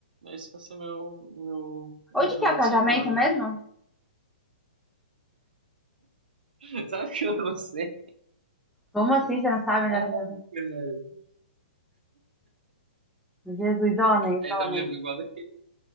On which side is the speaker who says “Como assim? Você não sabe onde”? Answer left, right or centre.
Centre